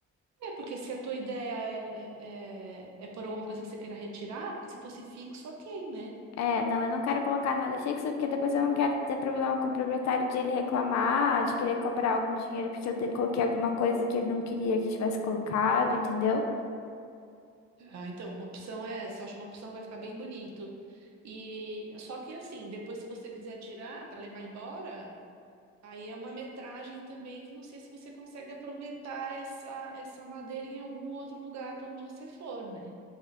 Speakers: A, on the right; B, on the left.
A: é porque se a tua ideia é, é, é, é por alguma coisa que você queira retirar, porque se fosse fixo, ok, né?
B: É, não, eu não quero colocar nada fixo, porque depois eu não quero ter problema com o proprietário de ele reclamar, de querer cobrar algum dinheiro porque eu de- coloquei alguma coisa que ele não queria que tivesse colocado, entendeu?
A: Ah, então, uma opção é essa, eu acho uma opção que vai ficar bem bonito. E só que assim, depois se você quiser tirar para levar embora Aí é uma metragem também que não sei se você consegue aproveitar essa, essa madeira em algum outro lugar para onde você for, né?